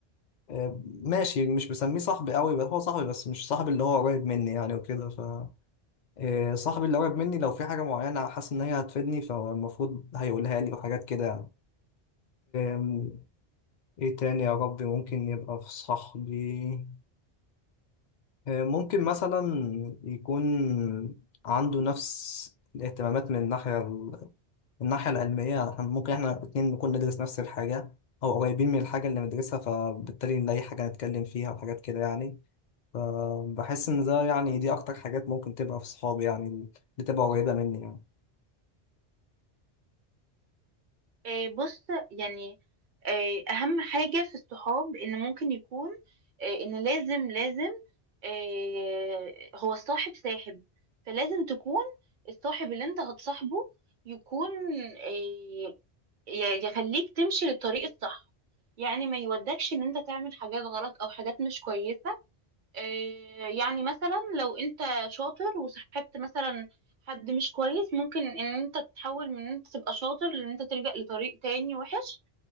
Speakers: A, on the left; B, on the right.
A: آه، ماشي مش بسميه صاحبي قوي بس هو صاحبي بس مش صاحبي اللي هو قريب مني يعني وكده إيه، صاحبي اللي قريب مني لو في حاجة معينة حاسس إن هي هتفيدني فالمفروض هيقولها لي وحاجات كده يعني إم، إيه تاني يا ربي ممكن يبقى في صاحبي إيه، ممكن مثلا يكون عنده نفس الاهتمامات من الناحية ال- من الناحية العلمية يعني إحنا ممكن إحنا الاتنين نكون ندرس نفس الحاجة أو قريبين من الحاجة اللي بندرسها فبالتالي نلاقي حاجة نتكلم فيها وحاجات كده يعني فبحس إن ده يعني دي أكتر حاجات ممكن تبقى في صحابي يعني اللي تبقى قريبة مني يعني.
B: آه، بص يعني آه، اهم حاجة في الصحاب ان ممكن يكون آه، ان لازم لازم آه، هو الصاحب ساحب فلازم تكون الصاحب اللي انت هتصاحبه يكون آه، ي- يخليك تمشي للطريق الصح يعني ما يودكش ان انت تعمل حاجات غلط او حاجات مش كويسة آه، يعني مثلا لو انت شاطر وصاحبت مثلا حد مش كويس ممكن ان انت تتحول من ان انت تبقى شاطر لان انت تلجأ لطريق تاني وحش